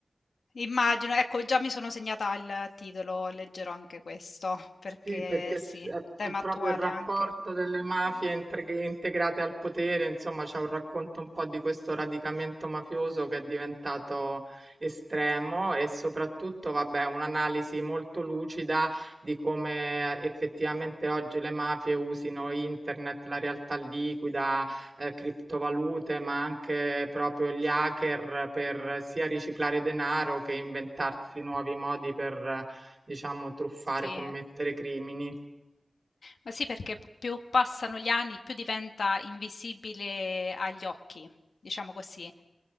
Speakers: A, on the left; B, on the right.
A: Immagino, ecco già mi sono segnata il titolo, leggerò anche questo, perché
B: Sì, perché s-
A: sì,
B: è, è
A: tema
B: proprio
A: attuale
B: il rapporto
A: anche.
B: delle mafie
A: Mh,
B: integ- integrate al potere, insomma, c'è un racconto un po' di questo radicamento mafioso che è diventato estremo e soprattutto, vabbè, un'analisi molto lucida di come effettivamente oggi le mafie usino internet, la realtà liquida, eh, criptovalute, ma anche proprio gli hacker per sia riciclare denaro che inventarsi nuovi modi per diciamo, truffare,
A: sì.
B: commettere crimini.
A: Ma sì, perché p più passano gli anni, più diventa invisibile agli occhi, diciamo così.